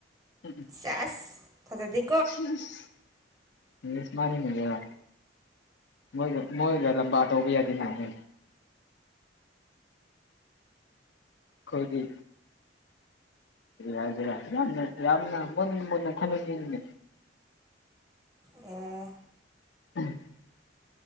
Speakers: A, on the left (about 65°); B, on the right (about 20°).
A: ꯎꯝ ꯎꯝ
B: ꯆꯥꯁ ꯊꯖꯗꯤ
A: <unintelligible> ꯃꯥꯅꯤꯅꯤ ꯕꯥꯌꯥ ꯃꯣꯏꯒ ꯃꯣꯏꯒ ꯂꯝꯕꯥ ꯇꯧꯕ ꯌꯥꯗꯦ ꯅꯅꯦ ꯈꯣꯏꯗꯤ ꯀꯔꯤ ꯍꯥꯏꯖꯤꯔꯥ ꯌꯥꯝꯅ ꯌꯥꯝꯅ ꯃꯨꯟꯅ ꯃꯨꯟꯅ ꯈꯟꯍꯟꯅꯤꯡꯉꯤꯅꯦ
B: ꯑꯦ
A: <unintelligible>